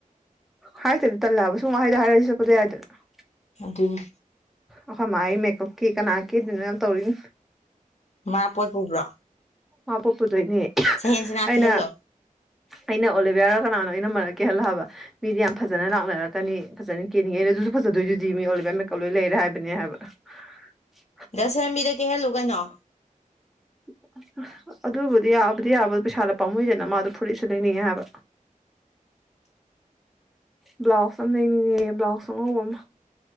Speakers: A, in the centre; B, on the left.
A: ꯍꯥꯏꯔꯛꯇꯗꯤ ꯇꯜꯂꯦꯕ ꯁꯨꯝ ꯋꯥꯍꯩꯗꯣ ꯍꯥꯏꯔꯗꯤ ꯆꯠꯄꯗꯣ ꯌꯥꯏꯗꯅ
B: ꯑꯗꯨꯅꯤ
A: ꯑꯈꯣꯏ ꯃꯥꯥꯏ ꯃꯦꯀꯞꯀꯤ ꯀꯅꯥ ꯀꯦꯗꯣꯏꯅꯣ ꯌꯥꯝ ꯇꯧꯔꯤꯅꯤ
B: ꯃꯥ ꯄꯣꯠ ꯄꯨꯕ꯭ꯔꯣ
A: ꯃꯥ ꯄꯣꯠ ꯄꯨꯗꯣꯏꯅꯦ
B: ꯁꯍꯦꯟꯁꯤꯅꯥ
A: ꯑꯩꯅ
B: ꯀꯦꯍꯜꯂꯣ
A: ꯑꯩꯅ ꯑꯣꯂꯤꯕꯤꯌꯥꯔꯥ ꯀꯅꯥꯅꯣ ꯏꯅꯝꯃꯔꯥ ꯀꯦꯍꯜꯂꯣ ꯍꯥꯏꯕ ꯃꯤꯗꯤ ꯌꯥꯝ ꯐꯖꯅ ꯂꯥꯛꯅꯔꯛꯀꯅꯤ ꯐꯖꯅ ꯀꯦꯅꯤꯡꯉꯦ ꯑꯩꯅ ꯑꯗꯨꯁꯨ ꯐꯖꯗꯣꯏꯗꯨꯗꯤ ꯃꯤ ꯑꯣꯂꯤꯕꯌꯥ ꯃꯦꯀꯞ ꯂꯣꯏ ꯂꯩꯔꯦ ꯍꯥꯏꯕꯅꯦ ꯍꯥꯏꯕ <unintelligible>
B: ꯁꯍꯦꯟꯕꯤꯗ ꯀꯦꯍꯜꯂꯨ ꯀꯩꯅꯣ
A: <inaudible> ꯑꯗꯨꯕꯨꯗꯤ ꯌꯥꯕꯨꯗꯤ ꯌꯥꯕ ꯄꯩꯁꯥꯗꯣ ꯄꯥꯝꯃꯨꯏꯗꯅ ꯃꯥꯗꯣ ꯐꯨꯔꯤꯠꯁꯨ ꯂꯩꯅꯤꯡꯉꯦ ꯍꯥꯏꯕ ꯕ꯭ꯂꯥꯎꯁ ꯑꯃ ꯂꯩꯅꯤꯡꯉꯦꯌꯦ ꯕ꯭ꯂꯥꯎꯁ ꯑꯉꯧꯕ ꯑꯃꯥ